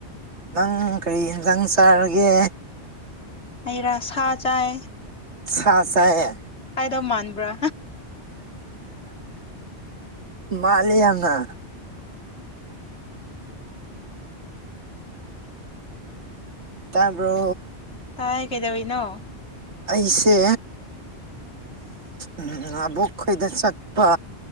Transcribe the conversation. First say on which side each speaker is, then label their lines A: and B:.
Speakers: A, on the right; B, on the left.
A: ꯅꯪ ꯀꯔꯤ ꯏꯟꯁꯥꯡ ꯆꯥꯔꯒꯦ
B: ꯑꯩꯩꯔ ꯁꯥ ꯆꯥꯏ
A: ꯁꯥ ꯆꯥꯏꯌꯦ
B: ꯍꯥꯏꯗꯧ ꯃꯥꯥꯟꯕ꯭ꯔꯥ
A: ꯃꯥꯜꯂꯤ ꯌꯥꯝꯅ ꯇꯥꯕ꯭ꯔꯣ
B: ꯇꯥꯏ ꯀꯩꯗꯧꯔꯤꯅꯣ
A: ꯑꯩꯁꯦ ꯎꯝ ꯑꯕꯣꯛ ꯈꯣꯏꯗ ꯆꯠꯄ